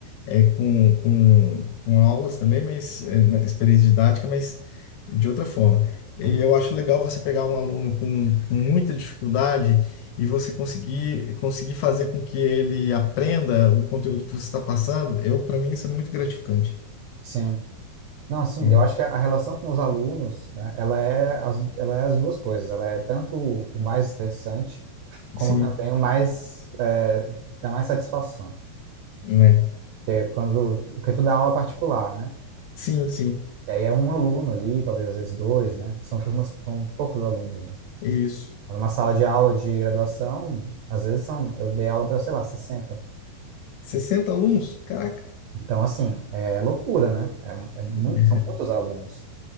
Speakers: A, on the left (about 80°); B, on the right (about 80°).
A: é, com, com, com aulas também, mas é, na- experiência didática, mas de outra forma. E
B: Uhum.
A: eu acho legal você pegar um aluno com, com muita dificuldade e você conseguir, conseguir fazer com que ele aprenda o conteúdo que você está passando. Eu, para mim, isso é muito gratificante.
B: Sim. Não, sim,
A: né?
B: eu acho que a a relação com os alunos, né, ela é as, ela é as duas coisas. Ela é tanto o o mais estressante, como
A: Sim,
B: também o mais, é, que dá mais satisfação.
A: né?
B: Porque é quando, tu- porque tu dá aula particular, né?
A: Sim, sim.
B: E aí é um aluno ali, talvez às vezes dois, né? São turmas com poucos alunos, né?
A: Isso.
B: Numa sala de aula de graduação, às vezes são, eu dei aula para, sei lá, 60.
A: 60 alunos? Caraca.
B: Então, assim, é loucura, né? É, é muito,
A: É,
B: são muitos alunos.